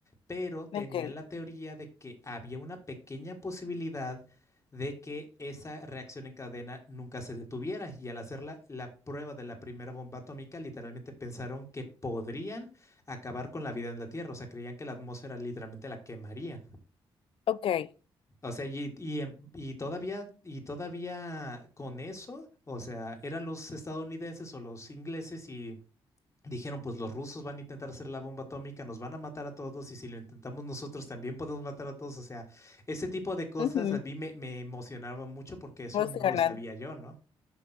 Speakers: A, on the left; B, on the left.
A: pero tenían
B: Ok,
A: la teoría de que había una pequeña posibilidad de que esa reacción en cadena nunca se detuviera y al hacer la, la prueba de la primera bomba atómica literalmente pensaron que podrían acabar con la vida en la Tierra, o sea, creían que la atmósfera literalmente la quemarían.
B: ok.
A: O sea, y, y, en- y todavía, y todavía con eso, o sea, eran los estadounidenses o los ingleses y dijeron, pues los rusos van a intentar hacer la bomba atómica, nos van a matar a todos y si lo intentamos nosotros también podemos matar a todos. O sea, ese tipo de cosas
B: Ujú.
A: a mí me, me emocionaba mucho porque eso
B: Emocionante.
A: no lo sabía yo, ¿no?